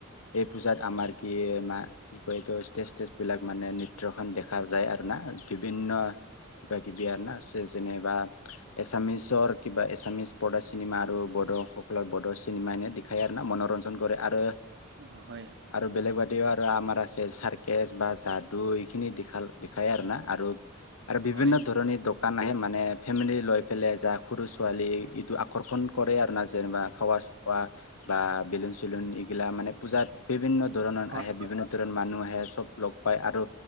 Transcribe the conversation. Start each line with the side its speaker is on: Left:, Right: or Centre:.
Left: এই পূজাত আমাৰ কি মা কি কয় এইটো ষ্টেজ ষ্টেজ বিলাক মানে নৃত্য <unintelligible> দেখা যায় আৰু না বিভিন্ন কিবা কিবি আৰু না যেনেবা এছামিচৰ কিবা এছামিছ পৰ্দা চিনেমা আৰু বডসকলৰ বডৰ চিনেমা এনেই দেখায় আৰু না মনোৰঞ্জন কৰে আৰু
Right: অ', হয়।
Left: আৰু বেলেগ বাদেও আৰু আমাৰ আছে চাৰ্কেজ বা যাদু এইখিনিাল দেখায় আৰু না আৰু আৰু বিভিন্ন
Right: হয় হয়
Left: ধৰণিৰ দোকান আহে মানে ফেমিলি লৈ পেললে যাক সৰু ছোৱালী টো আকৰ্ষণ কৰে আৰু না যেনিবা খোৱা চোৱা বা বেলুন চেলুন এইগিলা মানে পূজাত বিভিন্ন ধৰণৰ
Right: হয়
Left: আহে বিভিন্ন ভিত মানুহ আহে চব লগ পায় আৰু